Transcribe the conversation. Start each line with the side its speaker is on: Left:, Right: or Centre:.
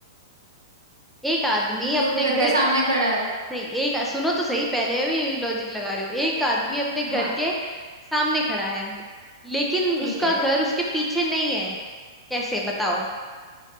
Centre: एक आदमी
Right: क्योंकि
Centre: अपने
Right: वो घर
Centre: घर
Right: के सामने खड़ा है
Centre: नहीं एक सुनो तो सही पहले भी लॉजिक लगा रहे हो एक आदमी
Right: अ,
Centre: अपने घर
Right: हाँ
Centre: के सामने खड़ा है लेकिन
Right: ठीक
Centre: उसका
Right: है
Centre: घर उसके पीछे नहीं है कैसे बताओ